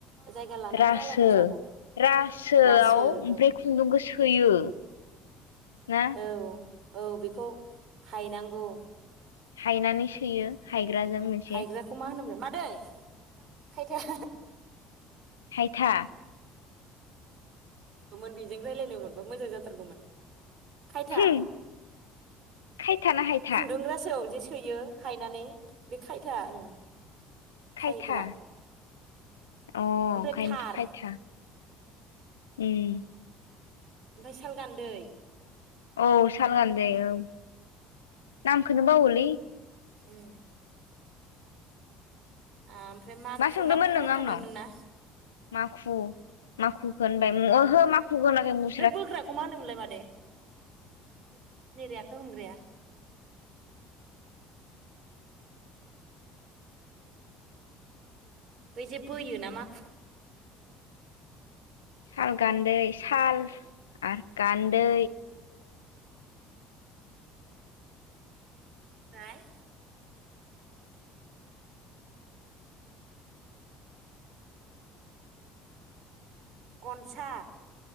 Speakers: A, on the right (about 50°); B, on the left (about 85°).
A: जायगा लानानै
B: रासो
A: आलादा जागोन
B: रासोआव
A: रासो
B: ओमफ्राय।
A: औ
B: खुन्दुंखौ सोयो ना।
A: औ औ बेखौ हायनांगौ।
B: हायनानै सोयो हायग्राजों। मोनसे
A: हायग्राखौ मा होनोमलाय मादै खायथा।
B: हाइथा।
A: मोन बेजों रायज्लायनो मोनबा मोजां जाथारगौमोन। खायथा
B: होम खायथा ना हायथा
A: खुन्दुं रासोआव जे सोयो। हायनानै बे खायथा ओं।
B: खायथा
A: खायग्रा
B: अ ओंखायनोथ'
A: ओमफ्राय थार
B: खायथा। उम।
A: आमफाय सालगान्दै।
B: औ साल गानदै औ नामखौनो बावोलै।
A: उम। आमफ्राय माखु
B: मा सोंदोंमोन
A: माखुखौ
B: नों
A: होनखांबायमोन
B: आंनाव
A: ना?
B: माखु माखुखौ होनबाय उम ओहो माख <unintelligible>
A: बै बोग्राखौ मा होनोमोनलाय मादै नैबे आखाय हमग्राया? बै जे बोयोना माखु
B: साल गान्दै साल आरो गान्दै
A: आमफ्राय गनसा